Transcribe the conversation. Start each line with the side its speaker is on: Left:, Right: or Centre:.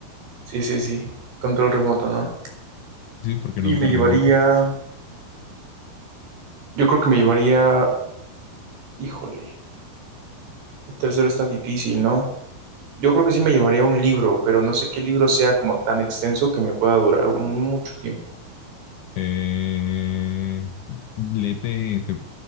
Right: sí, sí, sí, control remoto, ¿no?
Left: Sí, ¿por qué
Right: Y
Left: no un
Right: me
Left: Terrinator?
Right: llevaría, yo creo que me llevaría, híjole, el tercero está difícil, ¿no? Yo creo que sí me llevaría un libro, pero no sé qué libro sea como tan extenso que me pueda durar mucho tiempo.
Left: Eh, léete, te-